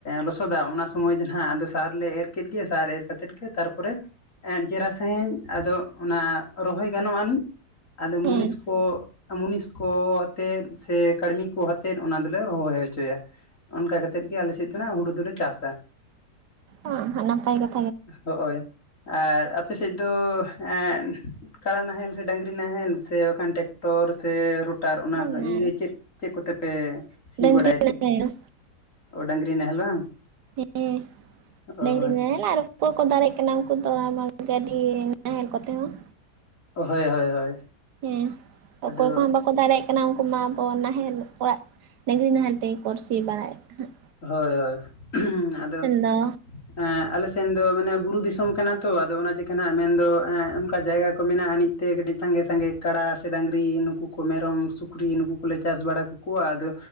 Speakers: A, on the left; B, on the right.
A: ᱞᱚᱥᱚᱫᱟ ᱚᱱᱟ ᱥᱚᱢᱚᱭ ᱫᱚ ᱦᱟᱸᱜ ᱟᱫᱚ ᱥᱟᱨ ᱞᱮ ᱮᱨ ᱠᱮᱫ ᱜᱮ ᱥᱟᱨ ᱮᱨ ᱠᱟᱛᱮᱫ ᱜᱮ ᱛᱟᱨᱯᱚᱨᱮ ᱮᱜ ᱪᱮᱦᱮᱨᱟ ᱥᱟᱹᱦᱤᱡ ᱟᱫᱚ ᱚᱱᱟ ᱨᱚᱦᱚᱭ ᱜᱟᱱᱚᱜ ᱟᱹᱱᱤᱡ᱾ ᱟᱫᱚ
B: ᱦᱮᱸ
A: ᱢᱩᱱᱤᱥ ᱠᱚ ᱢᱩᱱᱤᱥ ᱠᱚ ᱟᱛᱮᱫ ᱥᱮ ᱠᱟᱹᱲᱢᱤ ᱠᱚ ᱟᱛᱮᱫ ᱚᱱᱟ ᱫᱚᱞᱮ ᱨᱚᱦᱚᱭ ᱦᱚᱪᱚᱭᱟ᱾ ᱚᱱᱠᱟ ᱠᱟᱛᱮᱫ ᱜᱮ ᱟᱞᱮ ᱥᱮᱫ ᱫᱚ ᱱᱟᱜ ᱦᱩᱲᱩ ᱫᱚᱞᱮ ᱪᱟᱥᱟ᱾
B: <unintelligible> ᱱᱟᱯᱟᱭ <unintelligible>
A: ᱦᱳᱜ-ᱳᱭ ᱟᱨ ᱟᱯᱮ ᱥᱮᱫ ᱫᱚ ᱮᱸ ᱠᱟᱲᱟ ᱱᱟᱦᱮᱞ ᱥᱮ, ᱰᱟᱹᱝᱨᱤ ᱱᱟᱦᱮᱞ, ᱥᱮ ᱵᱟᱝ ᱠᱷᱟᱱ ᱴᱨᱟᱠᱴᱚᱨ ᱥᱮ, ᱨᱳ- ᱴᱟᱨ ᱚᱱᱟ
B: ᱵᱟᱝᱟ
A: ᱤᱭᱟᱹ ᱪᱮᱫ ᱪᱮᱫ ᱠᱚᱛᱮ ᱯᱮ ᱥᱤ
B: ᱰᱟᱹᱝᱨᱤ
A: ᱵᱟᱲᱟᱭ ᱛᱮ᱾
B: ᱱᱟᱦᱮᱞ
A: ᱳ ᱰᱟᱹᱝᱨᱤ ᱱᱟᱦᱮᱞ ᱵᱟᱝ?
B: <unintelligible>
A: ᱚ
B: ᱰᱟᱹᱝᱨᱤ
A: ᱦᱳᱭᱛᱚ
B: ᱱᱟᱦᱮᱞ ᱟᱨ ᱩᱱᱠᱩ ᱠᱚ ᱫᱟᱲᱮᱜ ᱠᱟᱱᱟ ᱩᱱᱠᱩ ᱫᱚ ᱟᱨ ᱵᱟᱝ ᱜᱟᱹᱰᱤ, ᱱᱟᱦᱮᱞ ᱠᱚᱛᱮ ᱦᱚᱸ᱾
A: ᱦᱳᱭ ᱦᱳᱭ ᱦᱳᱭ᱾
B: ᱦᱮᱸ
A: ᱟᱫᱚ
B: ᱚᱠᱚᱭ ᱠᱚᱦᱚᱸ ᱵᱟᱠᱚ ᱫᱟᱲᱮᱭᱟᱜ ᱠᱟᱱᱟ ᱩᱱᱠᱩ ᱢᱟ ᱟᱵᱚ ᱱᱟᱦᱮᱞ ᱚᱲᱟᱜ ᱰᱟᱹᱜᱽᱨᱤ ᱱᱟᱦᱮᱞ ᱛᱮᱭ ᱠᱚ ᱥᱤ ᱵᱟᱲᱟᱭᱮᱫ ᱠᱷᱟ-
A: ᱦᱳᱭ ᱦᱳᱭ ᱦᱩᱸ ᱟᱫᱚ
B: ᱫᱚ
A: ᱦᱮᱸ ᱟᱞᱮ ᱥᱮᱱ ᱫᱚ ᱢᱟᱱᱮ ᱵᱩᱨᱩ ᱫᱤᱥᱚᱢ ᱠᱟᱱᱟ ᱛᱚ ᱟᱫᱚ ᱚᱱᱟ ᱪᱤᱠᱟᱹ ᱦᱮᱱᱟᱜ ᱢᱮᱱ ᱫᱚ ᱚᱱᱠᱟ ᱡᱟᱭᱜᱟ ᱠᱚ ᱢᱮᱱᱟᱜ-ᱟ ᱟᱹᱱᱤᱡ᱾ ᱛᱮᱜᱮ ᱠᱟᱹᱴᱤᱡ ᱥᱟᱸᱜᱮ ᱥᱟᱸᱜᱮ ᱠᱟᱲᱟ ᱥᱮ ᱰᱟᱹᱝᱨᱤ ᱱᱩᱠᱩ ᱠᱚ ᱢᱮᱨᱚᱢ, ᱥᱩᱠᱨᱤ ᱱᱩᱠᱩ ᱠᱚᱞᱮ ᱪᱟᱥ ᱵᱟᱲᱟ ᱠᱟᱠᱚᱣᱟ ᱟᱫᱚ